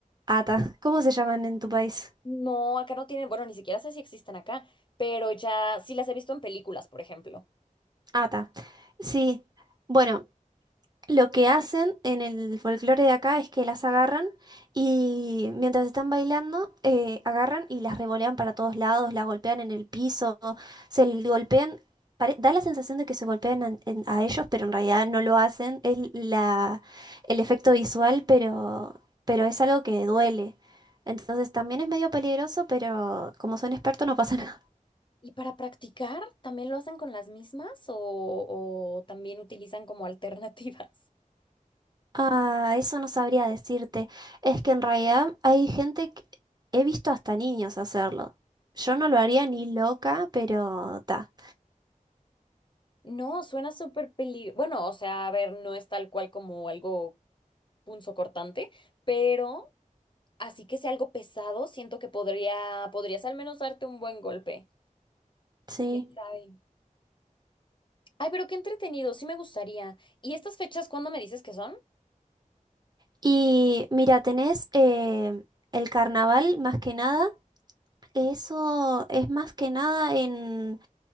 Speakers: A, on the right; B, on the left.
A: Ata, ¿cómo se llaman en tu país?
B: No, acá no tienen, bueno, ni siquiera sé si existen acá, pero ya sí las he visto en películas, por ejemplo.
A: Ata. Sí, bueno. Lo que hacen en el folclore de acá es que las agarran y mientras están bailando, eh, agarran y las revolean para todos lados, las golpean en el piso, se l- golpean. pare- da la sensación de que se golpean an- en- a, ellos, pero en realidad no lo hacen. Es la, el efecto visual, pero, pero es algo que duele. Entonces también es medio peligroso, pero como son expertos no pasa <laughs> nada.
B: ¿Y para practicar también lo hacen con las mismas o, o también utilizan como <laughs> alternativas?
A: Ah, eso no sabría decirte. Es que en realidad hay gente que he visto hasta niños hacerlo. Yo no lo haría ni loca, pero ta.
B: No, suena súper peligroso. Bueno, o sea, a ver, no es tal cual como algo punzo cortante, pero así que sea algo pesado, siento que podría, podrías al menos darte un buen golpe.
A: Sí.
B: ¿Quién sabe? Ay, pero qué entretenido, sí me gustaría. ¿Y estas fechas cuándo me dices que son?
A: Y mira, tenés eh, el carnaval más que nada. Eso es más que nada en